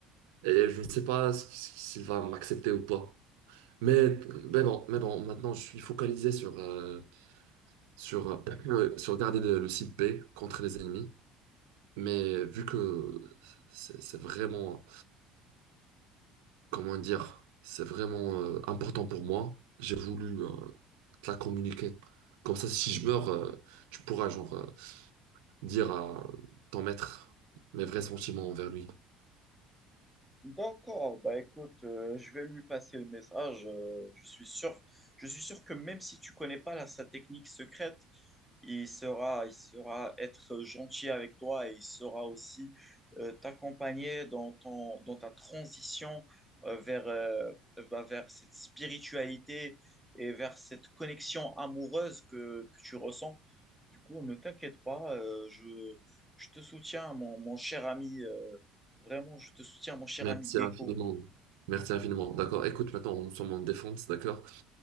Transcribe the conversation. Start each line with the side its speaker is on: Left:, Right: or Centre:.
Right: et je ne sais pas s- s'il va m'accepter ou pas. Mais, mais bon, mais bon, maintenant, je suis focalisé sur, euh, sur, euh, sur garder le, le site B contre les ennemis. Mais vu que c'est c'est vraiment, comment dire, c'est vraiment euh, important pour moi, j'ai voulu euh, te la communiquer. Comme ça, si je meurs, euh, tu pourras genre euh, dire à ton maître mes vrais sentiments envers lui.
Centre: D'accord, bah écoute, euh, je vais lui passer le message. euh, je suis sûr, je suis sûr que même si tu connais pas la, sa technique secrète, il sera, il sera être gentil avec toi et il sera aussi euh, t'accompagner dans ton, dans ta transition euh, vers, euh, bah, vers cette spiritualité et vers cette connexion amoureuse que, que tu ressens. Du coup, ne t'inquiète pas, euh, je, je te soutiens, mon, mon cher ami. euh, Vraiment, je te soutiens, mon cher
Right: Merci
Centre: ami Gecko.
Right: infiniment. Merci infiniment. D'accord. Écoute, maintenant, nous sommes en défense, d'accord?